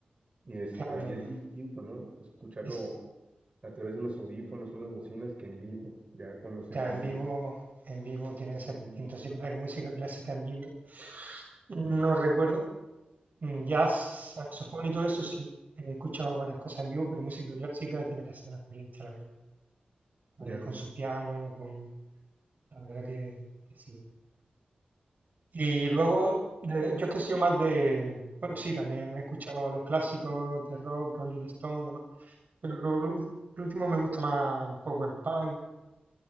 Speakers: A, on the right; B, on the right.
A: y este,
B: claro.
A: y es distinto, ¿no? Escucharlo
B: Y s-
A: a través de unos audífonos, unas bocinas que en vivo, ya con los instrumentos.
B: ya en vivo, en vivo tiene que ser
A: Mm,
B: distinto. Sí, es verdad que música clásica en vivo, no recuerdo. Mm, Jazz, saxofón y todo eso, sí. He escuchado varias cosas en vivo, pero música clásica tiene que ser una experiencia, la verdad. Ahí
A: Ya.
B: con su piano, con... La verdad que, que sí. Y luego, de- yo es que he sido más de, bueno, sí, también he escuchado a los clásicos de rock, Rolling Stone, demás, pero lo, lo ul- lo último me gusta más un poco el punk,